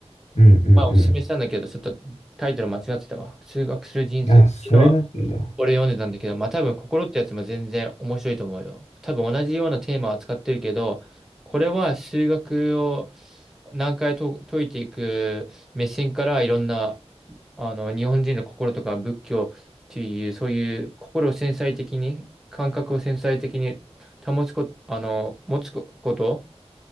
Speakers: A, on the left (about 80°); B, in the centre.
A: うんうん
B: まあおすすめしたんだけど、ちょっとタイトル間違ってたわ。数学する人生っていうのは、
A: うん。あ、それなんだ。
B: 俺読んでたんだけど、まあ多分心ってやつも全然面白いと思うよ。多分同じようなテーマを扱ってるけど、これは数学を何回と解いていく目線からいろんなあの日本人の心とか仏教っていうそういう心を繊細的に感覚を繊細的に保つこ、あの持つこと、